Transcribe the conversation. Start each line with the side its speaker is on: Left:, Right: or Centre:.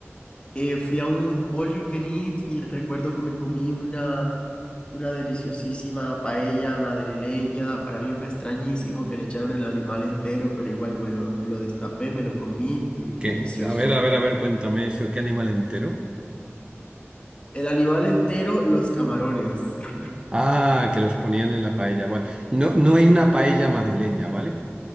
Left: Eh, fui a un All You Can Eat y recuerdo que me comí una, una deliciosísima paella madrileña. Para mí fue extrañísimo que le echaron el animal entero, pero igual, bueno, lo destapé, me lo comí y delicioso.
Right: Que, a ver, a ver, a ver, cuéntame eso, ¿qué animal entero?
Left: El animal entero, los camarones. <laughs>
Right: Ah, que los ponían en la paella, vale. No, no hay una paella madrileña, ¿vale?